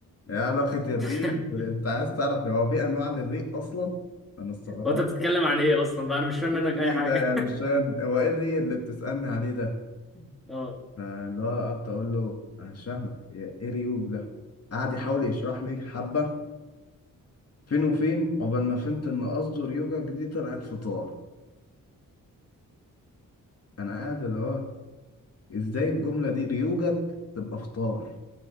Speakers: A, on the left (about 45°); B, in the centre.
A: ايه علاقة الريق
B: <laughs>
A: انت عايز تعرف هو في انواع للريق اصلا انا استغربت
B: هو انت بتتكلم عن ايه اصلا بقى انا مش فاهم
A: ايه
B: منك
A: الريق
B: اي حاجه
A: ده يعني مش فاهم هو ايه الريق اللي بتسألني عليه ده
B: <laughs> اه
A: فاللي هو قعدت اقول له انا مش فاهمك ايه إيه ريوج ده قعد يحاول يشرح لي حبه فين وفين عقبال ما فهمت ان قصده ريوجك دي طلعت فطار انا قاعد اللي هو ازاي الجمله دي ريوجك تبقى فطار